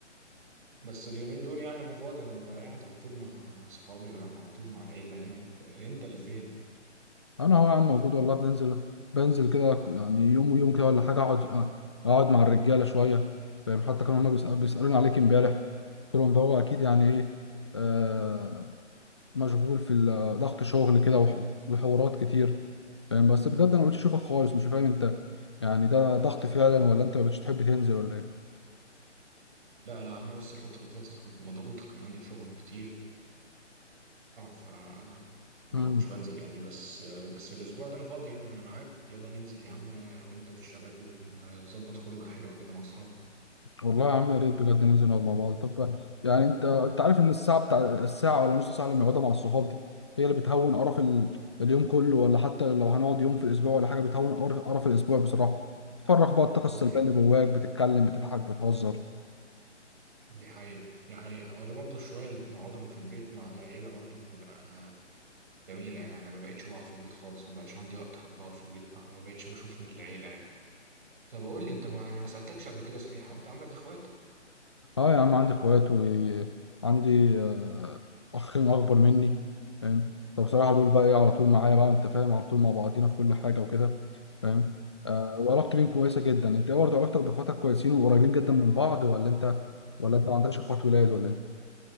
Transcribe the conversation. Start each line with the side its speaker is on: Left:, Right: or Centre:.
Right: بس اليومين دول يعني أنا فاضي أنا ببقى قاعد على طول مع أصحابي وقاعد على طول مع العيلة هنا أنت أنت اللي فين؟
Left: انا هو يا عم موجود والله بننزل بنزل كده يعني يوم ويوم كده ولا حاجه اقعد اقعد مع الرجاله شويه فاهم حتى كانوا هما بيسأل- بيسالوني عليك امبارح قلت لهم ده هو اكيد يعني ايه آه، مشغول في ال- آه، ضغط شغل كده وح- وحوارات كتير فاهم بس بجد انا مبقتش اشوفك خالص مش فاهم انت يعني ده ضغط فعلا ولا انت مبقتش تحب تنزل ولا ايه
Right: لا لا أنا بس الفترة اللي فاتت كنت مضغوط كان عندي شغل كتير ف ما
Left: مم.
Right: كنتش بنزل يعني بس بس الأسبوع ده أنا فاضي يعني ما أنا معاك يلا ننزل يا عم أنا وأنت والشباب ونظبط خروجة حلوة كده مع أصحابنا
Left: والله يا عم يا ريت بجد ننزل نقعد مع بعض طب يعني انت انت عارف ان الساعه بتاع الساعه ولا نص ساعه اللي بنقعدها مع الصحاب دي هي اللي بتهون قرف ال... اليوم كله ولا حتى لو هنقعد يوم في الاسبوع ولا حاجه بتهون قرف قرف الاسبوع بصراحه بتفرغ بقى الطاقه السلبيه
Right: دي
Left: اللي جواك بتتكلم بتضحك بتهزر
Right: دي حقيقة دي حقيقة ولا برضه الشوية اللي بنقعدهم في البيت مع العيلة برضه بتبقى جميلة يعني أنا ما بقتش بقعد في البيت خالص ما بقاش عندي وقت حتى أقعد في البيت يعني ما بقتش بشوف العيلة يعني طب قول لي أنت ما أنا ما سألتكش قبل كده صحيح وأنت عندك إخوات؟
Left: اه يا عم عندي اخوات وعندي آه، اخين اكبر مني فاهم فبصراحه دول بقى ايه على طول معايا بقى انت فاهم على طول مع بعضينا في كل حاجه وكده فاهم آه وعلاقتي بيهم كويسه جدا انت إيه برضه علاقتك باخواتك كويسين وقريبين جدا من بعض ولا انت ولا انت ما عندكش اخوات ولاد ولا ايه